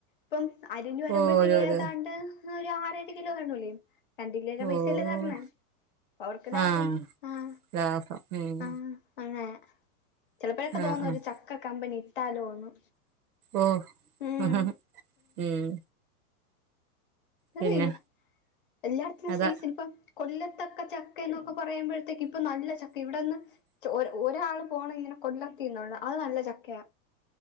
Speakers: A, on the left; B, on the right.
A: ഇപ്പം അരിഞ്ഞു വരുമ്പഴത്തേക്ക്
B: ഓഹ് ഒരു ഒരു
A: ഏതാണ്ട് ഒരു ആറ് ഒരു കിലോ കാണൂലേ രണ്ട് കിലോന്റെ പൈസയല്ലെ
B: ഓഹ്
A: തരണെ അവർക്ക് ലാഫം
B: ആഹ്
A: ആഹ്
B: ലാഭം ഉം
A: ആഹ് അങ്ങനെ ചിലപ്പഴൊക്കെ
B: ആഹ്
A: തോന്നും
B: ആഹ്
A: ഒരു ചക്ക കമ്പനി ഇട്ടാലോന്ന്
B: ഓഹ്
A: ഉം
B: ഹ്ഹ്ഹ് ഉം
A: അതേയ്
B: പിന്നെ
A: എല്ലാട്ത്തും
B: അതാ
A: സീസണിപ്പം കൊല്ലത്തക്കെ ചക്ക എന്നൊക്കെ പറയുമ്പഴത്തേക്ക് ഇപ്പോ നല്ല ചക്ക ഇവിടെന്ന് ചെ ഒര് ഒരാള് പോണം ഇങ്ങനെ കൊല്ലത്തീന്നുള്ള അത് നല്ല ചക്കയാ